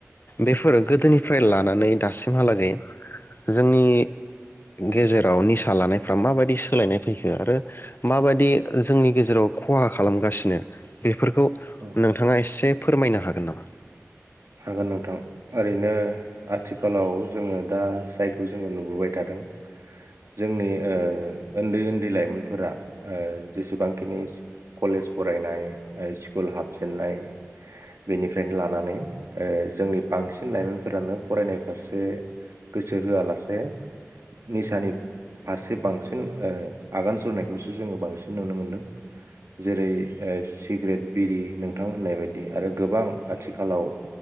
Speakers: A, on the left (about 40°); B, on the right (about 65°).
A: बेफोर गोदोनिफ्राय लानानै दासिमहालागै जोंनि गेजेराव निसा लानायफ्रा माबायदि सोलायनाय फैखो आरो माबायदि जोंनि गेजेराव खहा खालामगासिनो बे फोरखौ
B: उम
A: नोंथाङा एसे फोरमायनो हागोन नामा?
B: हागोन नोंथां। ओरैनो आथिखालाव जोङो दा जायखौ जोङो नुबोबाय थादों। जोंनि ओ ओन्दै ओन दै लाइमोनफोरा ओ जेसेबांखिनि कलेज फरायनाय स्कुल हाबजेननाय बेनिफ्रायनो लानानै ओ जोंनि बांसिन लाइमोनफोरानो फरायनाय फारसे गोसो होआलासे निसानि फारसे बांसिन ओ आगान सुरनायखौसो जोङो बांसिन नुनो मोन्दों। जेरै ओ सि सिग्रेट बिरि नोंथां होननाय बायदि बि आरो गोबां आथिखालाव